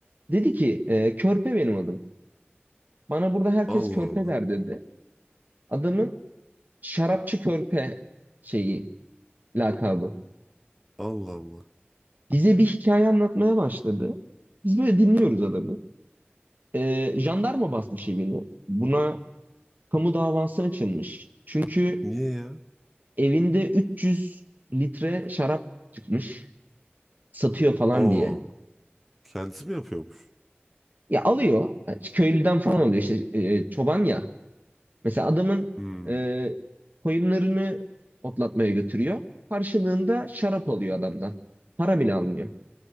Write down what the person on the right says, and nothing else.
Dedi ki e, Körpe benim adım. Bana burada herkes
Körpe
der dedi. Adamın şarapçı Körpe şeyi lakabı.
Bize bir hikaye anlatmaya başladı. Biz böyle dinliyoruz adamı. E, jandarma basmış evini. Buna kamu davası açılmış. Çünkü
evinde 300 litre şarap çıkmış. Satıyor falan
diye.
Ya alıyor. Köylüden falan alıyor işte e, çoban ya. Mesela adamın
e, koyunlarını otlatmaya götürüyor. Karşılığında şarap alıyor adamdan. Para bile almıyor.